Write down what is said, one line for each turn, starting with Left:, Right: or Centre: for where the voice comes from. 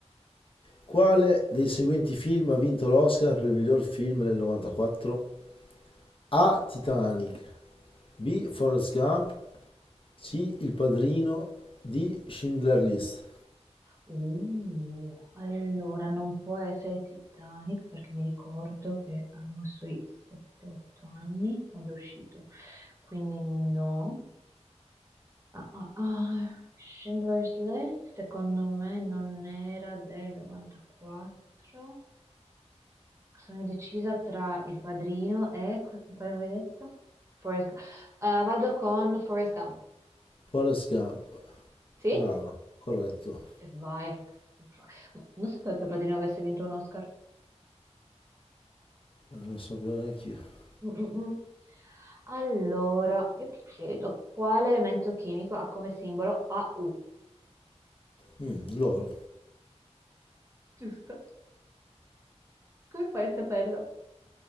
Left: quale dei seguenti film ha vinto l'Oscar per il miglior film nel 94? A. Titanic. B. Forrest Gump. C. Il Padrino. D. Schindler List.
Right: Uh, allora non può essere Titanic perché mi ricordo che avevo sui 7-8 anni quando è uscito. Quindi no. Ah, ah, ah, Schindler's List secondo me non era del 94. Sono indecisa tra Il Padrino e... qu- Quale avevi detto? Forrest Gump. Eh, vado con Forrest Gump.
Left: Forrest Gump.
Right: Sì?
Left: Brava, corretto.
Right: E vai. E vai. Ma Non sapevo che Il Padrino avesse vinto un Oscar.
Left: Eh, Non so più neanche io.
Right: Mm, mm, mm. Allora, io ti chiedo, quale elemento chimico ha come simbolo AU?
Left: Mm, loro.
Right: Giusto. Come fai a saperlo?